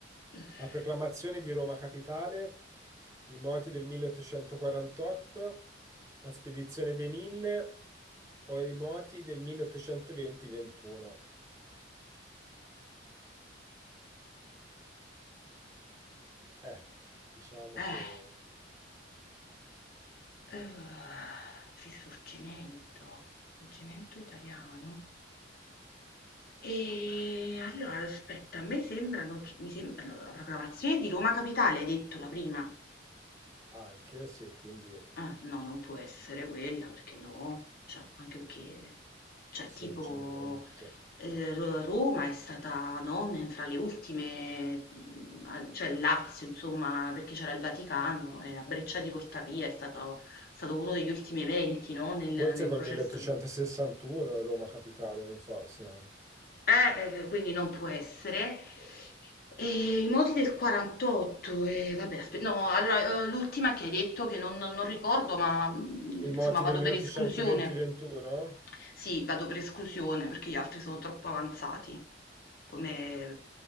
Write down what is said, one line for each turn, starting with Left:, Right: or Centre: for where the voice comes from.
Left: <laughs>
Right: La proclamazione di Roma capitale, i moti del 1848, la spedizione dei Mille o i moti del 1820-21? Eh, diciamo che
Left: Eh, eh, risorgimento, risorgimento italiano. E allora, aspetta, a me sembrano, che- mi sembrano la proclamazione di Roma Capitale, hai detto la prima.
Right: anche, sì, quindi eh,
Left: Eh, no, non può essere quella perché no, cioè, anche perché, cioè,
Right: risorgimento.
Left: tipo, eh, Ro- Roma è stata, no, ne- fra le ultime, mh, a- cioè il Lazio, insomma, perché c'era il Vaticano, e a Breccia di Portapia è stato, è stato uno degli ultimi eventi, no, nel,
Right: Forse
Left: nel
Right: col
Left: processo
Right: 1861
Left: di...
Right: Roma capitale, non so se...
Left: Eh, eh, eh, quindi non può essere. E i moti del 48, e vabbè, aspe- no, allora, eh, l'ultima che hai detto che non, non- non ricordo, ma mh,
Right: I moti
Left: insomma vado
Right: del 1820-21?
Left: per esclusione. Sì, vado per esclusione perché gli altri sono troppo avanzati. Come, eh,